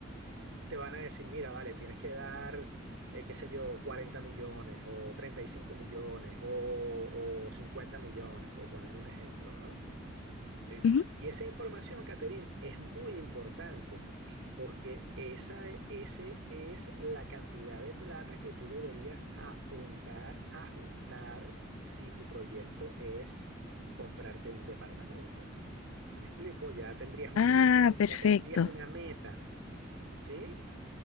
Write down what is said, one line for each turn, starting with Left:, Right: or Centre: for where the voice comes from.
Right: te van a decir, mira, vale, tienes que dar, eh, qué sé yo, 40 millones o 35 millones o, o 50 millones, por ponerte un ejemplo, ¿no? Eh,
Left: ujú.
Right: y esa información, Caterín, es muy importante porque esa, e- ese es la cantidad de plata que tú deberías apuntar a juntar si tu proyecto es comprarte un departamento. ¿Me explico? Ya tendrías un
Left: Ah,
Right: número,
Left: perfecto.
Right: ya tendrías una meta, ¿sí?